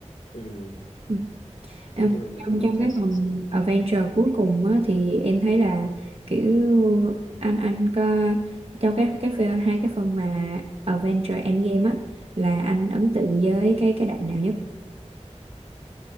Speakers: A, on the left; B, on the right.
A: Ừ.
B: Ừ. Em-
A: nói chung là mình
B: trong
A: không
B: trong
A: có coi
B: cái
A: xuyên
B: phần
A: suốt
B: Avenger cuối cùng á, thì em thấy là kiểu anh anh có trong cái cái phe- hai cái phần mà Avenger Endgame á là anh ấn tượng với cái cái đoạn nào nhất